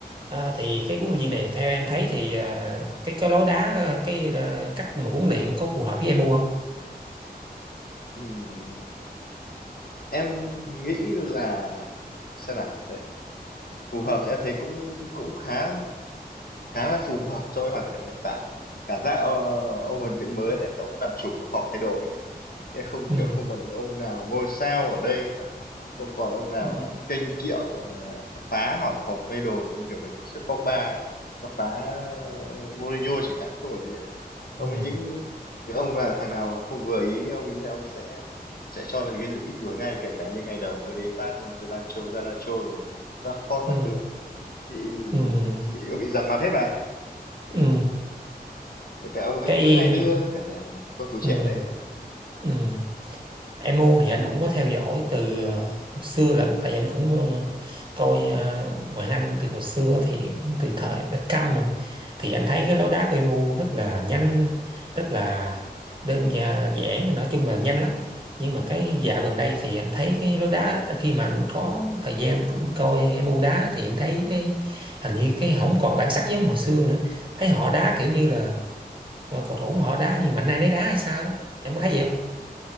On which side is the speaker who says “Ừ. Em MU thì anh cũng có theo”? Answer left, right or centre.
Right